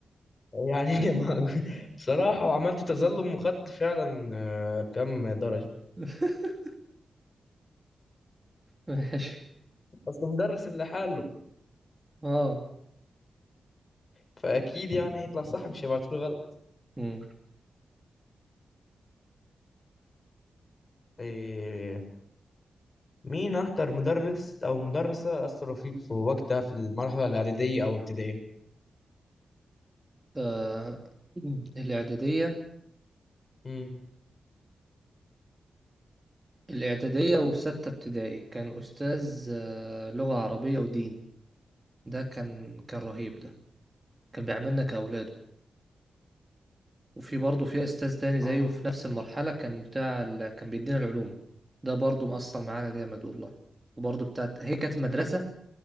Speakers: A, on the left; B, on the right.
A: يعني <laughs> ما- بصراحة وعملت تظلم وخدت فعلا آه، كم درجة
B: <laughs> ماشي
A: أصل مدرس اللي حاله
B: اه
A: فأكيد يعني هيطلع صح مش هيبعتوله غلط
B: مم.
A: إيه، مين أكتر مدرس أو مدرسة أثروا فيك في وقتها في المرحلة الإعدادية أو ابتدائية؟
B: آه، الإعدادية
A: امم
B: الإعدادية وستة ابتدائي كان أستاذ آه، لغة عربية ودين ده كان كان رهيب ده كان بيعاملنا كأولاده وفي برضه في أستاذ تاني زيه
A: اه
B: في نفس المرحلة كان بتاع ال... كان بيدينا العلوم ده برضه مأثر معانا جامد والله وبرضه بتاعت هي كانت مدرسة